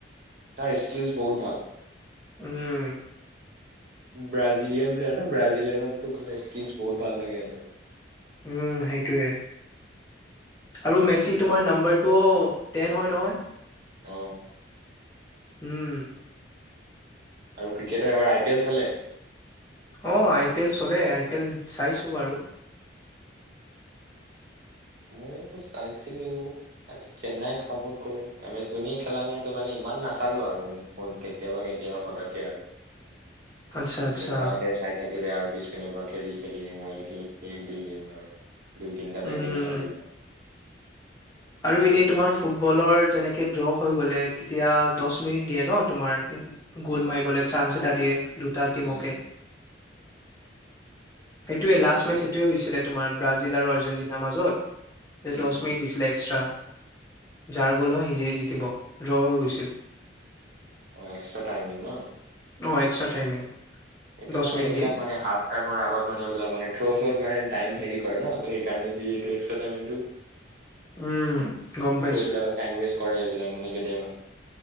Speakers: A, on the right; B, on the left.
A: তাৰ স্কিলছ বহুত ভাল।
B: উম।
A: ব্ৰাজিলিয়ান প্লেয়াৰ ন? ব্ৰাজিলিয়ানতো গ'লে স্কিলছ বহু ভাল লাগে ইহতৰ।
B: উম সেইটোৱে আৰু মেচি তোমাৰ নাম্বাৰটোও টেন হয় নহয়।
A: অ।
B: উম।
A: আৰু ক্ৰিকেটৰ এইবাৰ আই পি এল চালে?
B: অ আই পি এল চলে, আই পি এল চাইছোঁ বাৰু।
A: মই চাইছিলো। চেন্নাইক চাপোৰ্ট কৰো। এম এছ ধোনীয়ে খেলা নাই তো মানে ইমান নাচালো আৰু মই কেতিয়াবা কেতিয়াবা ফটকে আৰু
B: আচ্ছা, আচ্ছা।
A: ডেকাহঁতে চাই থাকিলে আৰু পিছপিনৰ পৰা খেদি খেদি আৰু দুই গেম মাৰো। দুই তিনিটা
B: উম,
A: বেড তিনি চাৰি দিন মান তিন
B: আৰু এনেই তোমাৰ ফুটবলৰ যেনেকে ড্ৰ হৈ গলে তেতিয়া দছ মিনিট দিয়ে ন তোমাৰ? গ'ল
A: উম
B: মাৰিবলৈ চান্ঞ্চ এট এটা দিয়ে এটা দুটা টীমকে
A: উম
B: সেইটোৱে
A: পেনাল্টি
B: লাষ্ট মেচ এইটোৱে হৈছিলে। তোমাৰ ব্ৰাজিল আৰু আৰ্জেন্টিনাৰ মাজত?
A: উম
B: দছ মিনিট দিছিলে। এক্সটা যাৰ গ'ল হয় সিয়ে জকিব। ড্ৰ হৈ গৈছিল।
A: অ, এক্সটা টাইমিং ন?
B: অ, এক্সট্ৰা টাইমিং।
A: এইটো
B: দহ
A: মানে
B: মিনিট
A: এইবিলাক
B: দিয়ে।
A: মানে হাৰ্ফ টাইমৰ আগতমানে এইবিলাক মানে থ্ৰ-শ্ৰত মানে টাইম হেৰি হয় ন? ত সেইকাৰণে দিয়ে এইটো এক্সটা টাইমিংটো?
B: উম গম পাইছো।
A: চববিলাকৰ টাইম ৱেষ্ট সেইবিলাক মানে কেতিয়াবা।